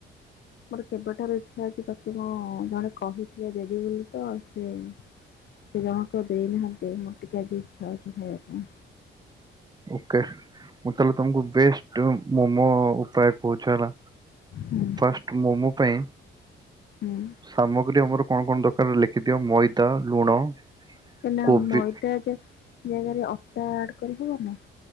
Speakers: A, on the left; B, on the right.
A: ମୋର କେବେଠାରୁ ଇଚ୍ଛା ଅଛି ପ୍ରତେ ମୁଁ ଜଣେ କହିଥିଲେ ଦେବି ବୋଲି ତ ସେ ସେ ଜଣକ ଦେଇନାହାନ୍ତି ମୋର ଟିକେ ଆଜି ଇଛା ଅଛି ଖାଇବା ପାଇଁ।
B: ଓକେ ମୁଁ ତାହଲେ ତମକୁ ବେଷ୍ଟ ମୋମୋ ଉପାୟ କହୁଛି ହେଲା
A: ହୁଁ
B: ଫାଷ୍ଟ ମୋମୋ ପାଇଁ
A: ହୁଁ
B: ସାମଗ୍ରୀ ଆମର କଣ କଣ ଦରକାର ଲେଖିଦିଅ ମଇଦା ଲୁଣ
A: ନାଁ ନାଁ
B: କୋବି
A: ମଇଦା ଜାଗାରେ ଅଟା ଆଡ କରିହବ ନା?